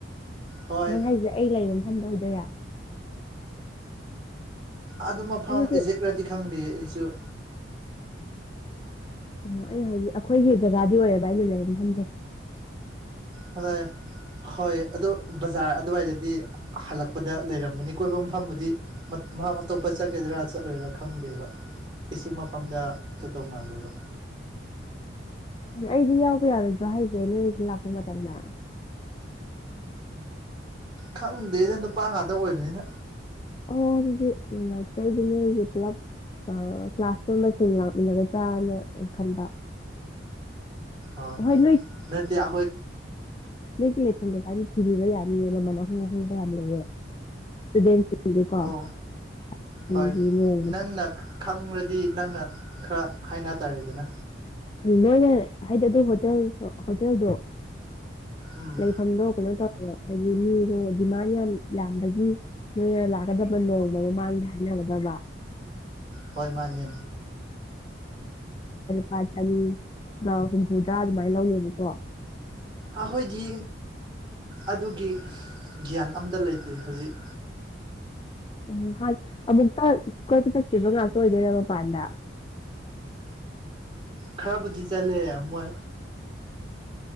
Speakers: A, on the right (about 25°); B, on the left (about 25°).
A: ꯍꯣꯏ
B: ꯅꯪ ꯍꯥꯏꯁꯦ ꯑꯩ ꯂꯩꯔꯤꯕ ꯃꯐꯝꯗ ꯑꯣꯏꯗꯣꯏꯔꯥ
A: ꯑꯗꯨ ꯃꯐꯝ
B: ꯅꯠꯇꯦ
A: ꯑꯦꯖꯦꯛꯔꯗꯤ ꯈꯪꯗꯦ ꯑꯩꯁꯨ
B: ꯑꯣ ꯑꯩ ꯍꯥꯏꯗꯤ ꯑꯩꯈꯣꯏꯒꯤ ꯖꯒꯥꯗꯤ ꯑꯣꯏꯌꯦꯕ ꯑꯩꯅ ꯂꯩꯔꯤꯕ ꯃꯐꯝꯖꯦ
A: ꯍꯣꯌꯦ ꯍꯣꯏ ꯑꯗꯣ ꯕꯖꯥꯔ ꯑꯗꯨꯋꯥꯏꯗꯗꯤ ꯍꯜꯂꯛꯄꯗ ꯂꯩꯔꯝꯒꯅꯤ ꯀꯣꯏꯕ ꯃꯐꯝꯕꯨꯗꯤ ꯃꯍꯥꯛ <unintelligible> ꯑꯇꯣꯞꯄ ꯆꯠꯀꯗꯔꯥ ꯆꯠꯂꯣꯏꯔꯥ ꯈꯪꯗꯦꯕ ꯏꯁꯤꯡ ꯃꯐꯝꯗ ꯆꯠꯇꯧ ꯃꯥꯜꯂꯦꯕ
B: ꯑꯩꯗꯤ ꯌꯥꯎꯕ ꯌꯥꯔꯣꯏꯗ꯭ꯔꯣ ꯍꯥꯏꯁꯦ ꯅꯣꯏ ꯂꯥꯛꯄ ꯃꯇꯝꯗ
A: ꯈꯪꯗꯦꯗ ꯅꯨꯄꯥ ꯉꯥꯛꯇ ꯑꯣꯏꯕꯅꯤꯅ
B: ꯑꯣ ꯑꯗꯨꯗꯤ ꯅꯨꯡꯉꯥꯏꯇꯦ ꯑꯩꯗꯤ ꯅꯣꯏꯒꯤ ꯄꯨꯂꯞ ꯀ꯭ꯂꯥꯁ ꯄꯨꯟꯕꯁꯤꯡ ꯂꯥꯛꯃꯤꯟꯅꯒꯗ꯭ꯔꯥꯅ ꯈꯟꯕ
A: ꯑ
B: ꯍꯣꯏ
A: ꯅꯠꯇꯦ ꯑꯈꯣꯏ
B: ꯅꯒꯤ <unintelligible> ꯂꯩꯐꯝꯗ <unintelligible> ꯀꯥꯏꯅ <unintelligible> ꯊꯤꯕꯤꯕ ꯌꯥꯅꯤꯌꯦ ꯃꯃꯜ ꯑꯍꯣꯡ ꯑꯍꯣꯡꯕ ꯌꯥꯝ ꯂꯩꯌꯦ ꯏꯁꯇꯨꯗꯦꯟꯁ ꯁꯤꯦ <unintelligible> ꯄꯥ
A: ꯍꯣ
B: <unintelligible> ꯁꯤꯡꯒꯤ
A: ꯍꯣꯏ
B: ꯅꯣꯡꯃ
A: ꯅꯪꯅ ꯈꯪꯔꯗꯤ ꯅꯪꯅ ꯈ꯭ꯔ ꯍꯥꯏꯅ ꯇꯥꯔꯦꯗꯅ
B: ꯅꯣꯏꯅꯦ ꯍꯥꯏꯗꯤ ꯑꯗꯨ ꯍꯣꯇꯦꯜ ꯍꯣꯇꯦꯜꯗꯣ
A: ꯎꯝ
B: ꯂꯩꯐꯝꯗꯣ ꯀꯩꯅꯣ ꯇꯧꯋꯦꯕ ꯍꯥꯏꯗꯤ ꯃꯤꯗꯣ ꯗꯤꯃꯥꯟ ꯌꯥꯝ ꯌꯥꯝꯕꯒꯤ ꯅꯣꯏꯅ ꯂꯥꯛꯀꯗꯕ ꯅꯣꯡꯃ ꯃꯃꯥꯡꯗ ꯍꯥꯏꯅꯒꯗꯕ
A: ꯍꯣꯏ ꯃꯥꯅꯦ
B: ꯄ <unintelligible> ꯆꯍꯤ <unintelligible> ꯍꯨꯝꯐꯨꯇꯔꯥ ꯑꯗꯨꯃꯥꯏ ꯂꯧꯅꯦꯕꯀꯣ
A: ꯑꯈꯣꯏꯗꯤ ꯑꯗꯨꯒꯤ ꯒ꯭ꯌꯥꯟ ꯑꯝꯇ ꯂꯩꯇꯦ ꯍꯧꯖꯤꯛ
B: ꯑꯣ ꯍꯥꯏ ꯑꯃꯨꯛꯇ ꯀꯣꯏꯕ ꯆꯠꯇ꯭ꯔꯤꯕ ꯉꯥꯛꯇ ꯑꯣꯏꯗꯣꯏꯔ ꯃꯄꯥꯟꯗ
A: ꯈ꯭ꯔꯕꯨꯗꯤ ꯆꯠꯂꯦ ꯃꯣꯏ